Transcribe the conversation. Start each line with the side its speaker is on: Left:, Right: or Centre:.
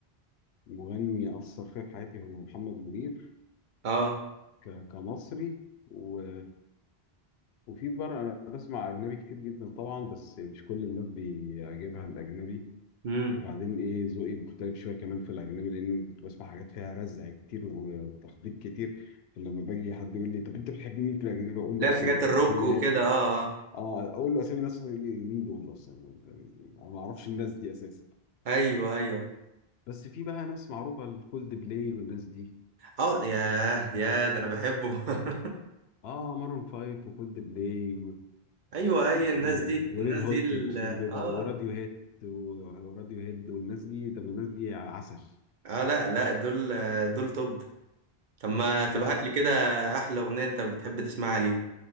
Left: مغني اثر فيا في حياتي هو محمد منير
Right: اه
Left: ك- كمصري و... وفي بره انا بسمع اجنبي كتير جدا طبعا بس مش كل الناس بيعجبها الاجنبي
Right: امم
Left: وبعدين ايه ذوقي مختلف شويه كمان في الاجنبي لان كنت بسمع حاجات فيها رزع كتير وتخبيط كتير فلما باجي حد يقول لي طب انت بتحب مين في الاجنبي اقول
Right: لا
Left: له اصلا
Right: الحاجات الروك
Left: اسامي
Right: وكده
Left: ناس
Right: اه اه
Left: اه اقول له اسامي ناس يقول لي مين دول اصلا انا ما اعرفش الناس دي اساسا
Right: ايوه ايوه
Left: بس في بقى ناس معروفه الكولد بلاي والناس دي
Right: اه ياه يا ده انا بحبه <laughs>
Left: اه مارون فايف وكولد بلاي
Right: ايوه اي
Left: واسمهم
Right: الناس دي
Left: وريد
Right: الناس
Left: هوت
Right: دي ال-
Left: تشيلي بيبر
Right: اه
Left: وراديو هيد وراديو هيد والناس دي طب الناس دي عسل
Right: اه لا لا دول دول توب طب ما تبعت
Left: احنا
Right: لي كده احلى اغنيه انت بتحب تسمعها ليهم